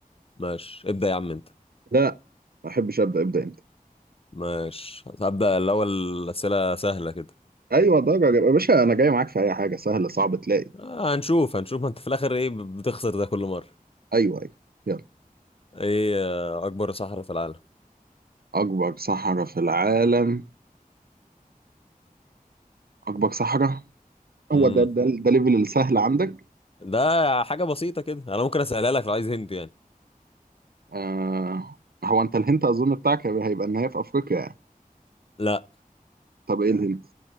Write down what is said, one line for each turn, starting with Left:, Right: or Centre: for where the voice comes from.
Left: ماشي ابدأ يا عم انت
Right: لا ما احبش ابدا ابدا انت
Left: ماشي هبدأ الاول اسئلة سهلة كده
Right: ايوه درجه يا باشا انا جاي معاك في اي حاجه سهله صعب تلاقي
Left: آه هنشوف هنشوف ما انت في الاخر ايه بتخسر ده كل مرة
Right: ايوه ايوه يلا
Left: ايه آه، اكبر صحراء في العالم
Right: اكبر صحراء في العالم اكبر صحراء هو
Left: امم
Right: ده ده ده ليفل السهل عندك
Left: ده حاجة بسيطة كده انا ممكن اسألها لك لو عايز هنت يعني
Right: آه هو انت الهنت اظن بتاعك هيبقى هيبقى ان هي في افريقيا يعني.
Left: لا
Right: طب ايه الهنت